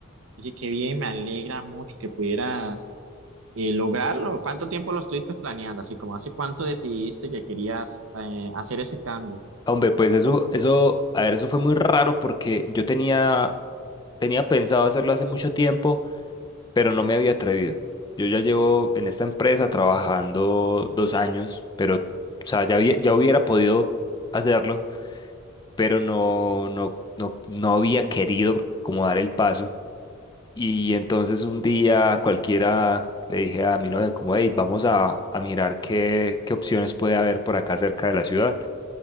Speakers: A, on the right; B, on the left.
A: Oye, qué bien, me alegra mucho que pudieras eh, lograrlo. ¿Cuánto tiempo lo estuviste planeando? Así como, ¿hace cuánto decidiste que querías eh, hacer ese cambio?
B: Hombre, pues eso, eso, a ver, eso fue muy raro porque yo tenía, tenía pensado hacerlo hace mucho tiempo, pero no me había atrevido. Yo ya llevo en esta empresa trabajando dos años, pero, o sea, ya, había- ya hubiera podido hacerlo, pero no, no, no, no había querido como dar el paso. Y entonces un día cualquiera le dije a mi novia como, hey, vamos a, a mirar qué, qué opciones puede haber por acá cerca de la ciudad.